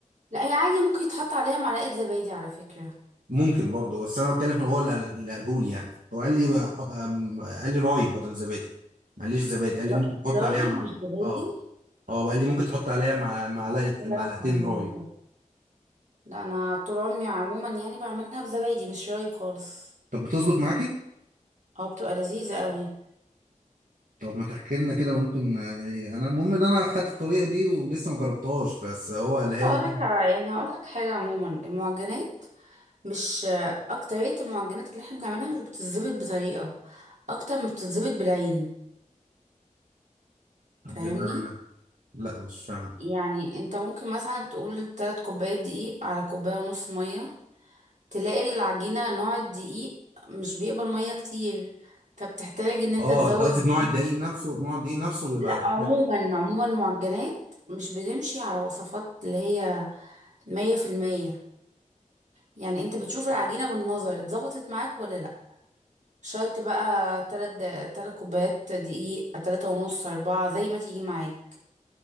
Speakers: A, on the right; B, on the right.
A: لا هي عادي ممكن يتحط عليها معلقة زبادي على فكرة
B: ممكن برضه بس انا بتكلم في هو اللي قال- اللي قاله لي يعني هو قال لي بقى- أم- قال لي رايب بدل زبادي ما قاليش زبادي قال لي
A: لا،
B: ممكن تحط
A: رايب
B: عليها مع
A: مش زبادي
B: اه اه قال لي ممكن تحط عليها مع معلقه
A: اه كده
B: معلقتين
A: اسمها رايب
B: رايب
A: لا انا طول عمري عموما يعني بعملها بزبادي مش رايب خالص
B: طب بتظبط معاكي
A: اه بتبقى لذيذة قوي
B: طب ما تحكي لنا كده ممكن آه، انا المهم ان انا خدت الطريقه دي ولسه ما جربتهاش بس هو قالها
A: هقول
B: لي
A: لك يعني هقول لك حاجة عموما المعجنات مش اكترية المعجنات اللي احنا بنعملها مش بتتظبط بطريقة اكتر ما بتتظبط بالعين
B: بمعنى
A: فاهمني
B: لا مش فاهم
A: يعني انت ممكن مثلا تقول تلات كوبايات دقيق على كوباية ونص مية تلاقي العجينة نوع الدقيق مش بيقبل مية كتير فبتحتاج ان انت
B: اه
A: تزود
B: انت قصدك نوع الدقيق نفسه نوع الدقيق نفسه بيبقى
A: لا عموما عموما معجنات مش بتمشي على وصفات اللي هي مية في المية يعني انت بتشوف العجينة بالنظر اتظبطت معاك ولا لا شرط بقى تلات تلات كوبايات دقيق تلاتة ونص أربعة زي ما تيجي معاك